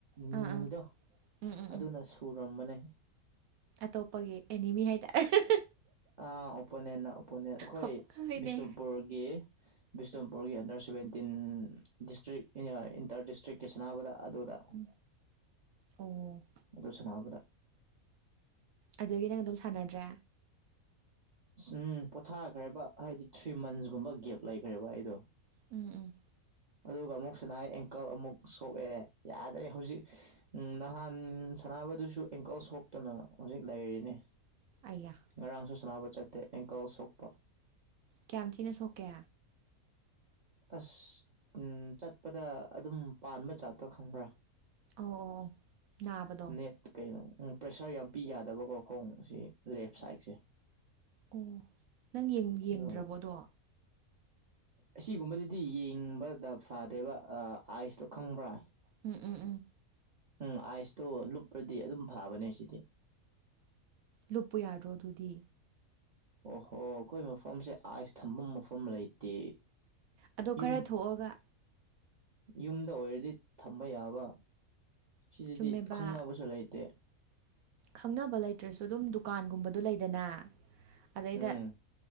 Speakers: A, on the right; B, on the right.
A: ꯑꯥ
B: ꯅꯤꯗꯣ꯫
A: ꯑꯥ ꯎꯝ ꯎꯝ
B: ꯑꯗꯨꯅ
A: ꯎꯝ
B: ꯁꯨꯔꯝꯕꯅꯦ꯫
A: ꯑꯇꯣꯞꯄꯒꯤ ꯑꯦꯅꯤꯃꯤ ꯍꯥꯏꯇꯥꯔꯦ ꯑꯍꯤ꯫
B: ꯑ ꯑꯣꯄꯣꯅꯦꯟꯅ ꯑꯣꯄꯣꯅꯦꯟ ꯑꯩꯈꯣꯏ
A: ꯍꯣꯏꯅꯦ
B: ꯕꯤꯁꯅꯨꯄꯨꯔꯒꯤ꯫ ꯕꯤꯁꯅꯨꯄꯨꯔꯒꯤ ꯑꯟꯗꯔ ꯁꯕꯦꯟꯇꯤꯟ ꯗꯤꯁꯇ꯭ꯔꯤꯛ ꯏꯟꯑ ꯏꯟꯇꯔ ꯗꯤꯁꯇ꯭ꯔꯤꯛꯀꯤ ꯁꯥꯟꯅꯕꯗ ꯑꯗꯨꯗ꯫
A: ꯎꯝ ꯑꯣ
B: ꯑꯗꯨ ꯁꯥꯟꯅꯕꯗ꯫
A: ꯑꯗꯨꯗꯒꯤ ꯅꯪ ꯑꯗꯨꯝ ꯁꯥꯟꯅꯗ꯭ꯔꯦ꯫
B: ꯎꯝ ꯄꯣꯊꯥꯈ꯭ꯔꯦꯕ ꯍꯥꯏꯗꯤ ꯊ꯭ꯔꯤ ꯃꯟꯁꯀꯨꯝꯕ ꯒꯦꯞ ꯂꯩꯈ꯭ꯔꯦꯕ ꯑꯩꯗꯣ꯫
A: ꯎꯝ ꯎꯝ
B: ꯑꯗꯨꯒ ꯑꯃꯨꯛ ꯁꯅꯥꯏ ꯑꯦꯡꯀꯜ ꯑꯃꯨꯛ ꯁꯣꯛꯑꯦ ꯌꯥꯗ꯭ꯔꯦ ꯍꯧꯖꯤꯛ꯫ ꯎꯝ ꯅꯍꯥꯟ ꯁꯥꯟꯅꯕꯗꯨꯁꯨ ꯑꯦꯡꯀꯜ ꯁꯣꯛꯇꯅ ꯍꯧꯖꯤꯛ ꯂꯩꯔꯤꯅꯦ꯫
A: ꯑꯩꯌꯥ
B: ꯉꯔꯥꯡꯁꯨ ꯁꯥꯟꯅꯕ ꯆꯠꯇꯦ ꯑꯦꯡꯀꯜ ꯁꯣꯛꯄ꯫
A: ꯀꯌꯥꯝ ꯊꯤꯅ ꯁꯣꯛꯀꯦ꯫
B: ꯑꯁ ꯎꯝ ꯆꯠꯄꯗ ꯑꯗꯨꯝ ꯄꯥꯟꯕ ꯖꯥꯠꯇꯣ ꯈꯪꯕ꯭ꯔꯥ꯫
A: ꯑꯣ ꯑꯣ ꯑꯣ ꯅꯥꯕꯗꯣ꯫
B: ꯅꯦꯠ ꯀꯩꯅꯣ ꯄ꯭ꯔꯦꯁꯔ ꯌꯥꯝ ꯄꯤ ꯌꯥꯗꯕꯀꯣ ꯈꯣꯡ ꯁꯤ ꯂꯦꯐ ꯁꯥꯏꯗꯁꯤ꯫
A: ꯑꯣ ꯅꯪ ꯌꯦꯡ ꯌꯦꯡꯗ꯭ꯔꯕꯣꯗꯣ꯫
B: ꯑꯗꯨ ꯑꯁꯤꯒꯨꯝꯕꯗꯨꯗꯤ ꯌꯦꯡꯕꯗ ꯐꯗꯦꯕ ꯑꯑꯥꯏꯁꯇꯣ ꯈꯪꯕ꯭ꯔꯥ꯫
A: ꯎꯝ ꯎꯝ ꯎꯝ
B: ꯎꯝ ꯑꯥꯏꯁꯇꯣ ꯂꯨꯞꯄ꯭ꯔꯗꯤ ꯑꯗꯨꯝ ꯐꯥꯕꯅꯦ ꯁꯤꯗꯤ꯫
A: ꯂꯨꯞꯄꯨ ꯌꯥꯗ꯭ꯔꯣ ꯑꯗꯨꯗꯤ꯫
B: ꯑꯣꯍꯣ ꯑꯩꯈꯣꯏ ꯃꯐꯝꯁꯦ ꯑꯥꯏꯁ ꯊꯐꯝ ꯃꯐꯝ ꯂꯩꯇꯦ꯫
A: ꯑꯗꯣ
B: ꯌꯨꯝ
A: ꯈꯔ ꯊꯣꯛꯑꯒ
B: ꯌꯨꯝꯗ ꯑꯣꯏꯔꯗꯤ ꯊꯝꯕ ꯌꯥꯕ꯫ ꯁꯤꯗꯗꯤ
A: ꯆꯨꯝꯃꯦꯕ
B: ꯈꯪꯅꯕꯁꯨ ꯂꯩꯇꯦ꯫
A: ꯈꯪꯅꯕ ꯂꯩꯇ꯭ꯔꯁꯨ ꯑꯗꯨꯝ ꯗꯨꯀꯥꯟꯒꯨꯝꯕꯗ ꯂꯩꯗꯅ ꯑꯗꯩꯗ
B: ꯎꯝ